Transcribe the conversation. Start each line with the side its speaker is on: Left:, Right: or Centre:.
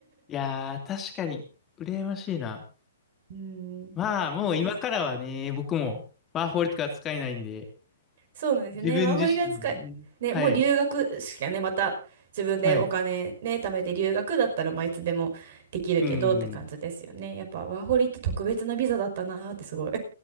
Left: いやー、確かに、羨ましいな。
Right: <laughs> うん。
Left: まあ、もう今からはね、
Right: ね、
Left: 僕もワーホリとか使えないんで、
Right: そうなんですよね。
Left: 自分自身でね。
Right: ワーホリが使え、ね、
Left: はい。
Right: もう留学しかね、また自分でお金ね、
Left: はい。
Right: 貯めて留学だったら、まあ、いつでもできるけどって感じですよね。
Left: うん。
Right: やっぱワーホリって特別なビザだったなーってすごい